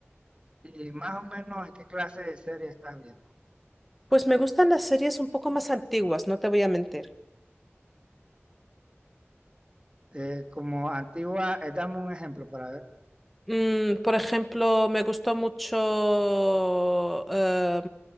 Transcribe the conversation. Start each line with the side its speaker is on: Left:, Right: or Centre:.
Right: Y más o menos en qué clase de serie estás viendo.
Centre: Pues me gustan las series un poco más antiguas, no te voy a mentir.
Right: Eh, como antigua, eh, dame un ejemplo para ver.
Centre: Mm, por ejemplo, me gustó mucho eh,